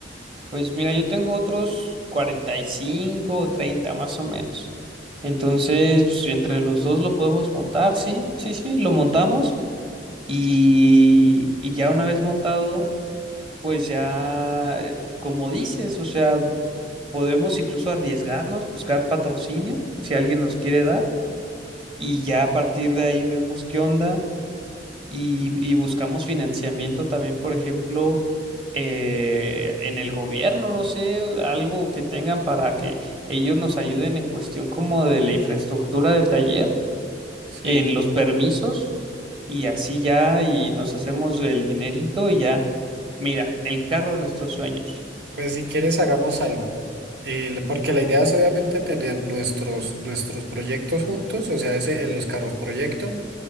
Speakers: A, on the right (about 30°); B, on the right (about 65°).
A: pues mira, yo tengo otros 45 o 30 más o menos. Entonces, pues, entre los dos lo podemos montar, sí, sí, sí, lo montamos y, y ya una vez montado, pues ya, eh, como dices, o sea... Podemos incluso arriesgarnos, buscar patrocinio, si alguien nos quiere dar, y ya a partir de ahí vemos qué onda y, y buscamos financiamiento también, por ejemplo, eh, en el gobierno, no sé, algo que tengan para que ellos nos ayuden en cuestión como de la infraestructura del taller,
B: Sí.
A: en los permisos, y así ya, y nos hacemos el dinerito y ya, mira, el carro de nuestros sueños.
B: Pues si quieres hagamos algo. Eh, la- porque la idea es obviamente tener nuestros, nuestros proyectos juntos, o sea, ese, en los carros proyecto.